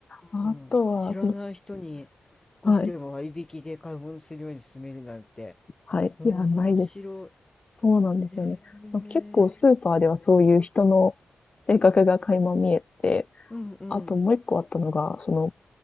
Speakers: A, on the left (about 45°); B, on the left (about 20°).
A: あとは、
B: うん、知らない人に
A: その、
B: 少しでも割引で買い物するように勧めるなんて、
A: はい、はい、
B: 面白
A: いや、ないです。そうなんですよね。
B: い。へえ、
A: 結構スーパーではそういう人の性格が垣間見えて、
B: うんうん。
A: あともう一個あったのが、その、なんか